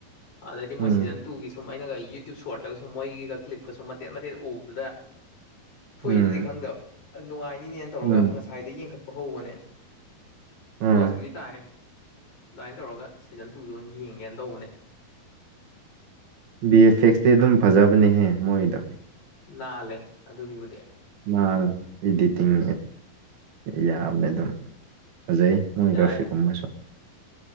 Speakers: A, on the left (about 55°); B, on the right (about 75°).
A: ꯑꯗꯩꯗꯤ ꯃꯣꯏ
B: ꯎꯝ
A: ꯁꯤꯖꯟ ꯇꯨꯒꯤ ꯁꯨꯝ ꯑꯩꯅꯒ ꯌꯨꯇ꯭ꯌꯨꯕ ꯁꯣꯔꯠꯇꯒꯁꯨ ꯃꯣꯏꯒꯤꯒ ꯀ꯭ꯂꯤꯞꯀꯁꯨ ꯃꯇꯦꯠ ꯃꯇꯦꯠ ꯎꯕꯗꯨꯗ ꯊꯣꯛꯑꯦ
B: ꯎꯝ
A: ꯑꯗꯨꯗꯤ ꯈꯪꯗꯕ ꯅꯨꯡꯉꯥꯏꯅꯤꯅꯦꯅ ꯇꯧꯔꯒ
B: ꯎꯝ
A: ꯉꯁꯥꯏꯗ ꯌꯦꯡꯈꯠꯄ ꯍꯧꯕꯅꯦ
B: ꯎꯝ
A: ꯄꯣꯁꯄꯨꯗꯤ ꯇꯥꯏꯑꯦ ꯑꯗꯨꯃꯥꯏꯅ ꯇꯧꯔꯒ ꯁꯤꯖꯟ ꯇꯨꯗ ꯑꯣꯏꯅ ꯌꯦꯡꯒꯦꯅ ꯇꯧꯕꯅꯦ
B: ꯕꯤ ꯑꯦꯐ ꯑꯦꯛꯁꯇꯤ ꯑꯗꯨꯝ ꯐꯖꯕꯅꯦꯍꯦ ꯃꯣꯏꯗ
A: ꯅꯥꯜꯂꯦ ꯑꯗꯨꯒꯤꯕꯨꯗꯤ
B: ꯅꯥꯜꯂꯦ ꯏꯗꯤꯇꯤꯡ ꯌꯥꯕꯅꯦ ꯑꯗꯨꯝ ꯐꯖꯩ ꯃꯣꯏ
A: ꯌꯥꯏ
B: ꯒ꯭ꯔꯥꯐꯤ ꯀꯨꯝꯕꯁꯨ